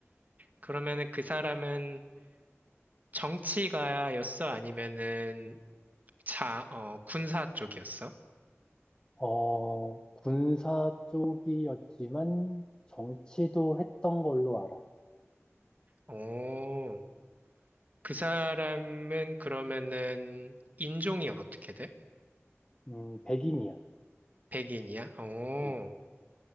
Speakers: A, on the right; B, on the left.
A: 그러면은 그 사람은 정치가였어? 아니면은 자, 어, 군사 쪽이었어?
B: 어, 군사 쪽이었지만 정치도 했던 걸로 알아.
A: 오, 그 사람은 그러면은 인종이 어떻게 돼?
B: 음, 백인이야.
A: 백인이야? 오,
B: 음,